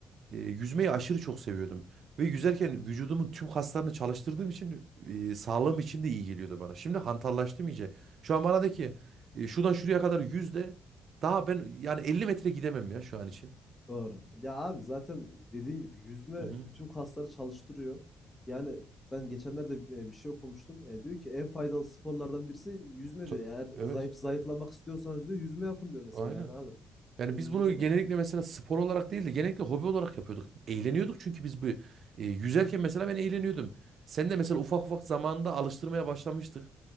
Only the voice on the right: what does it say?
e, yüzmeyi aşırı çok seviyordum. Ve yüzerken vücudumun tüm kaslarını çalıştırdığım için e, sağlığım için de iyi geliyordu bana. Şimdi hantallaştım iyice. Şu an bana de ki e, şuradan şuraya kadar yüz de daha ben yani 50 metre gidemem ya şu an için.
Hı hı.
Ta-
Evet.
Aynen.
Yani
biz
bunu
genellikle
mesela spor olarak değil de genellikle hobi olarak yapıyorduk. Eğleniyorduk çünkü biz bu e, yüzerken mesela ben eğleniyordum. Sen de mesela ufak ufak zamanında alıştırmaya başlamıştık.